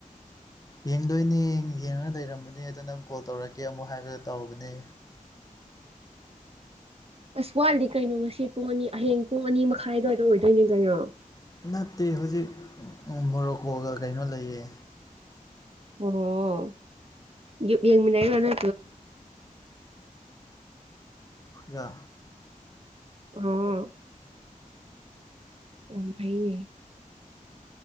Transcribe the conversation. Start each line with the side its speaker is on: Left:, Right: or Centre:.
Left: ꯌꯦꯡꯗꯣꯏꯅꯦ ꯌꯦꯡꯉꯒ ꯂꯩꯔꯝꯕꯅꯤ ꯑꯗꯣ ꯅꯪ ꯀꯣꯜ ꯇꯧꯔꯛꯀꯦ ꯑꯃꯨꯛ ꯍꯥꯏꯕꯗ ꯇꯧꯔꯨꯒꯅꯦ
Right: ꯑꯁꯋꯥꯜꯗꯤ ꯀꯩꯅꯣ ꯉꯁꯤ ꯄꯨꯡ ꯑꯅꯤ ꯑꯍꯤꯡ ꯄꯨꯡ ꯑꯅꯤ ꯃꯈꯥꯏ ꯑꯗꯨꯋꯥꯏꯗ ꯑꯣꯏꯗꯣꯏꯅꯦ ꯀꯩꯅꯣ
Left: ꯅꯠꯇꯦ ꯍꯧꯖꯤꯛ ꯃꯣꯔꯣꯀꯣꯒ ꯀꯩꯅꯣ ꯂꯩꯌꯦ
Right: ꯑꯣ ꯌꯦꯡ ꯃꯤꯅꯅꯤ
Left: ꯌꯥ
Right: ꯑꯥ ꯐꯥꯏ